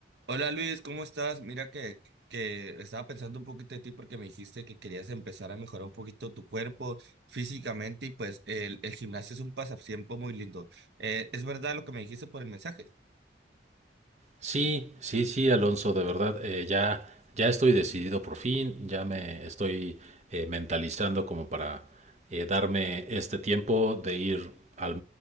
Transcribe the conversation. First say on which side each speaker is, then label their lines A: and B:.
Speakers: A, on the right; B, on the right.
A: Hola Luis, ¿cómo estás? Mira que, que estaba pensando un poquito de ti porque me dijiste que querías empezar a mejorar un poquito tu cuerpo físicamente y pues el, el gimnasio es un pasatiempo muy lindo. Eh, ¿es verdad lo que me dijiste por el mensaje?
B: Sí, sí, sí, Alonso, de verdad, eh, ya, ya estoy decidido por fin, ya me estoy eh, mentalizando como para eh, darme este tiempo de ir al